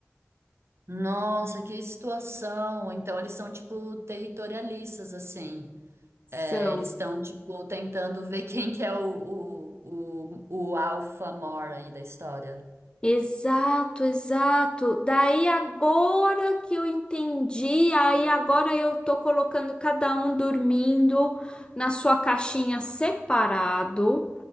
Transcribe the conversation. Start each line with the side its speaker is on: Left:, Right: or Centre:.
Right: Nossa, que situação! Então eles são tipo territorialistas, assim. É,
Left: São.
Right: eles estão tipo tentando ver <laughs> quem que é o, o, o, o alfa mor aí da história.
Left: Exato, exato. Daí agora que eu entendi, aí agora eu tô colocando cada um dormindo na sua caixinha separado,